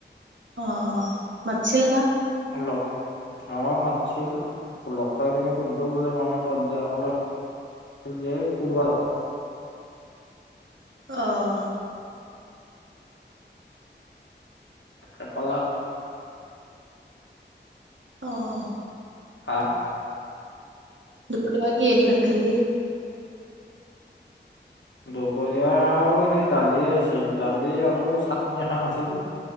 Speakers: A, on the right (about 80°); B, on the left (about 80°).
A: অ' মাতিছিল না? <inaudible>
B: লগ অ' মাতিছিল লগ পাই কিনে সুধিলোঁ বোলে মামী ক'ত যাওঁ কলেক যে ফুৰিবা যাওঁ।
A: আহ।
B: এই কলাক।
A: অ'।
B: হা।
A: দুপুৰীয়া কিহে দি ভাত খালি?
B: দুপৰীয়া আৰু সেই দালিয়ে আছিল দালি আৰু চাটনি এখন আছিল।